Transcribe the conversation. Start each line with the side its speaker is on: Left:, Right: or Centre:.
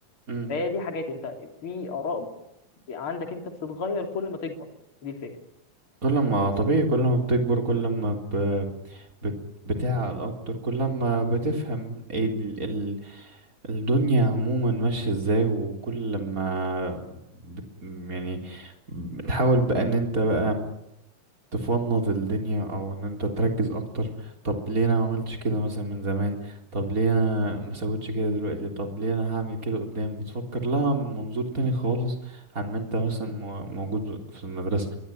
Right: مم.
Left: فهي دي حاجات انت في اراء عندك انت بتتغير كل ما تكبر دي الفكره
Right: كل ما طبيعي كل ما بتكبر كل ما ب... بت... بتعقل اكتر كل ما بتفهم إيه ال... ال... الدنيا عموما ماشية ازاي وكل ما بت... يعني بتحاول بقى ان انت بقى تفنط الدنيا او ان انت تركز اكتر طب ليه انا ما عملتش كده مثلا من زمان طب ليه انا ما سويتش كده دلوقتي طب ليه انا هعمل كده قدام بتفكر لها من منظور تاني خالص عن ما انت مثلا مو- موجود في المدرسة